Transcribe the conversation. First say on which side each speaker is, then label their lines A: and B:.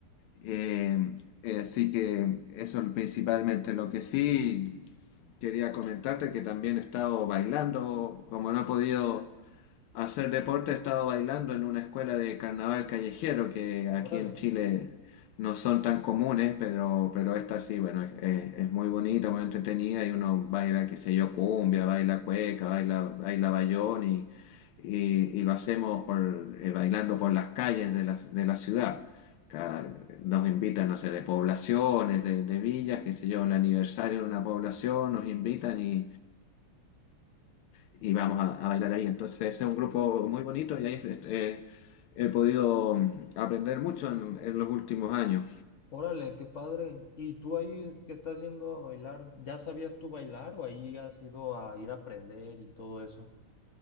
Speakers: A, on the left; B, on the left.
A: Eh, eh, así que eso es principalmente. Lo que sí quería comentarte que también he estado bailando, como no he podido hacer deporte he estado bailando en una escuela de carnaval callejero que aquí
B: Órale,
A: en Chile no son tan comunes, pero, pero esta sí, bueno, es, es- es muy bonita, muy entretenida y uno baila, qué sé yo, cumbia, baila cueca, baila, baila bayón y, y, y lo hacemos por, eh, bailando por las calles de la, de la ciudad. Cada- nos invitan, no sé, de poblaciones, de, de villas, qué sé yo, el aniversario de una población, nos invitan y y vamos a, a bailar ahí. Entonces ese es un grupo muy bonito y ahí eh, he podido mm, aprender mucho en, en los últimos años.
B: órale, qué padre. ¿Y tú ahí que estás yendo a bailar, ya sabías tú bailar o ahí has ido a ir a aprender y todo eso?